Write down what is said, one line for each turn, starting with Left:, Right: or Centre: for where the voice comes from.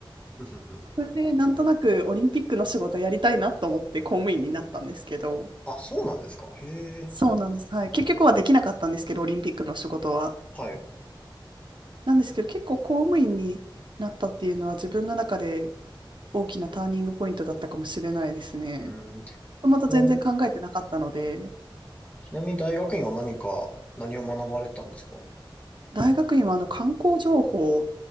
Left: ふんふんふん
Right: それでなんとなくオリンピックの仕事やりたいなと思って公務員になったんですけど、
Left: あ、そうなんですか。へえ。
Right: そうなんです。はい。結局はできなかったんですけど、オリンピックの仕事は。
Left: はい。う
Right: なんですけど、結構公務員になったっていうのは自分の中で大きなターニングポイントだったかもしれないですね。
Left: ーん。ち
Right: もともと全然考えてなかったので。
Left: な、うんちなみに大学院は何か、何を学ばれてたんですか
Right: 大学院はあの観光情報、